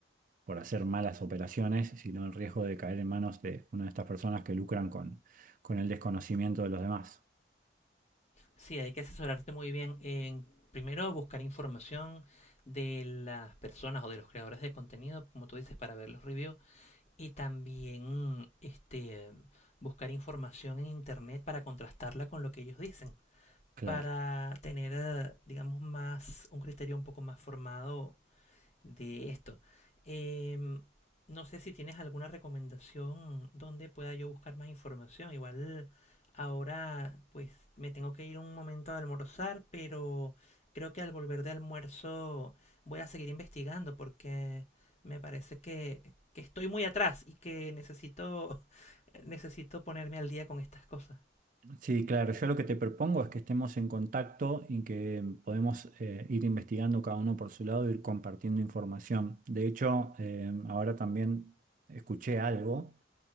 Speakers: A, on the right; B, on the left.
A: por hacer malas operaciones, sino el riesgo de caer en manos de una de estas personas que lucran con el desconocimiento de los demás.
B: Sí, hay que asesorarte muy bien en primero buscar información de las personas o de los creadores de contenido, como tú dices, para ver los reviews y también este buscar información en internet para contrastarla con lo que ellos dicen,
A: Claro.
B: para tener, eh, digamos, más un criterio un poco más formado de esto. Eh, no sé si tienes alguna recomendación donde pueda yo buscar más información. Igual ahora pues me tengo que ir un momento a almorzar, pero creo que al volver de almuerzo voy a seguir investigando porque me parece que, que estoy muy atrás y que necesito, <laughs> necesito ponerme al día con estas cosas.
A: Sí, claro. Yo lo que te propongo es que estemos en contacto y que podemos eh, ir investigando cada uno por su lado, ir compartiendo información. De hecho, eh, ahora también escuché algo,